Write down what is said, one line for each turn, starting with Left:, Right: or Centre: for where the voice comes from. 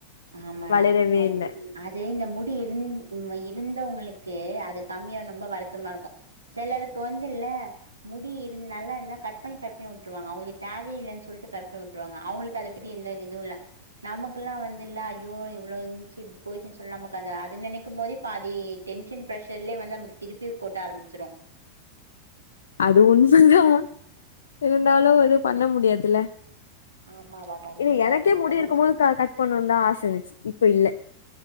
Right: ஆமாடா
Left: வளரவே இல்ல
Right: அது இந்த முடி இருந்து இருந்தவங்களுக்கு அது கம்மியா ரொம்ப வருத்தமா இருக்கு செலருக்கு வந்து இல்ல முடி இருந் நல்லா இருந்தா கட் பண்ணி கட் பண்ணி விட்டுருவாங்க அவங்களுக்கு தேவ இல்லன்னு சொல்லிட்டு கட் பண்ணி விட்டுருவாங்க அவுங்களுக்கு அத பத்தி எந்த இதுவு இல்ல நமக்கெல்லா வந்து இல்ல ஐயோ இவ்ளோந்துச்சு போயிச்சி சொல்ல நமக்கு அது நெனைக்கும் போதே பாதி டென்ஷன் ப்ரஷர்லயே வந்து நமக்கு திருப்பி கொட்ட ஆரம்பிச்சிரு
Left: அது ஒன்னுதா இருந்தாலு எது பண்ண முடியாதுல
Right: ஆமாடா கண்டிப்பா
Left: இல்ல எனக்கே
Right: நீ சொன்ன
Left: முடி
Right: மாரி
Left: இருக்கும் போது கட் பண்ணும்னு தா ஆச இருந்துச்சு இப்ப இல்ல